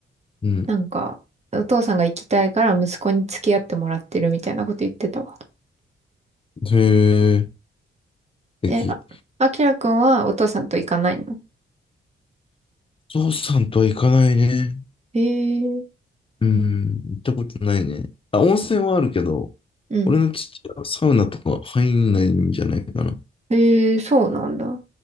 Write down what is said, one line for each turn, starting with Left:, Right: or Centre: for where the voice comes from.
Left: うん。
Right: なんか、お父さんが行きたいから息子に付き合ってもらってるみたいなこと言ってたわ。
Left: へえ、素敵。
Right: え、あ、あきらくんはお父さんと行かないの
Left: ゾウさんとは行かないね。
Right: へえ。
Left: うん、行ったことないね。あ、温泉はあるけど、
Right: うん。
Left: 俺の父親はサウナとか入んないんじゃないかな。
Right: へえ、そうなんだ。